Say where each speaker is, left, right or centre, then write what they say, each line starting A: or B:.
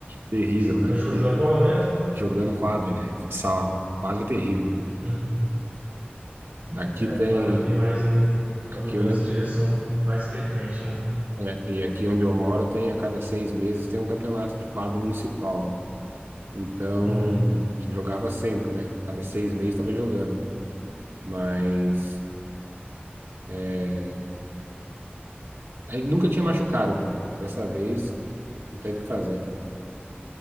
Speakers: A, on the right; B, on the right.
A: Terrível,
B: Você
A: cara.
B: machucou
A: E
B: jogando bola mesmo?
A: jogando quadra, velho. Futsal. Quadra é terrível, cara.
B: Uhum.
A: Aqui
B: É,
A: tem,
B: quadra tem mais ali o, a
A: aqui
B: mudança
A: onde,
B: de direção mais frequente, né?
A: é, e aqui onde eu moro tem a cada seis meses tem um campeonato de quadro municipal. Então
B: Uhum.
A: jogava sempre, né? Cada seis meses estava jogando, mas é, aí nunca tinha machucado, cara. Dessa vez não tem o que fazer.